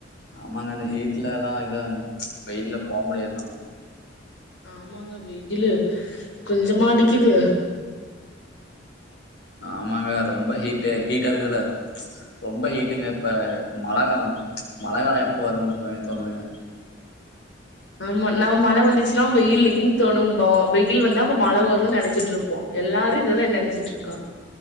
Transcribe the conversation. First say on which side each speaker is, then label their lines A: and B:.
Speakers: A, on the left; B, on the left.
A: ஆமாங்க அந்த ஹீட்ல எல்லாம் இதா ப்ச் வெயில்ல போக முடியாதுதா
B: ஆமாங்க வெயிலு கொஞ்சமா அடிக்குது
A: ஆமாங்க ரொம்ப ஹீட் ஹீட்டா இருக்குறத ரொம்ப ஹீட்டுங்க இப்ப மழகாலம் மழைகாலம் எப்ப வரும்ன்னு தோணுதுங்க
B: ஆமா நம்ம மழை வந்துச்சுன்னா வெயில்லயும் தோணும்போம் வெயில் வந்தா அப்ப மழை வரும்னு நினைச்சிட்டு இருப்போம் எல்லாரும் இததான் நினைச்சிட்டு இருக்கான்